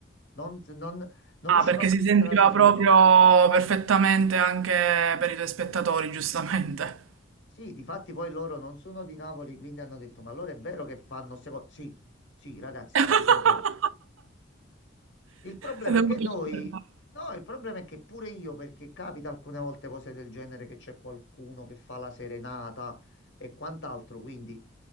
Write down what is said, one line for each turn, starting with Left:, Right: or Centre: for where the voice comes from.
Left: Non, non, non
Right: Ah,
Left: riuscivo
Right: perché
Left: a filtrare
Right: si sentiva
Left: i suoni.
Right: proprio perfettamente anche per i tuoi spettatori, giustamente.
Left: Sì, difatti poi loro non sono di Napoli, quindi hanno detto, ma allora è vero che fanno... ste co-" Sì, sì, ragazzi,
Right: <laughs>
Left: state sentendo. Il problema
Right: È dovuto
Left: è che noi,
Right: confermare.
Left: no, il problema è che pure io, perché capita alcune volte cose del genere che c'è qualcuno che fa la serenata e quant'altro, quindi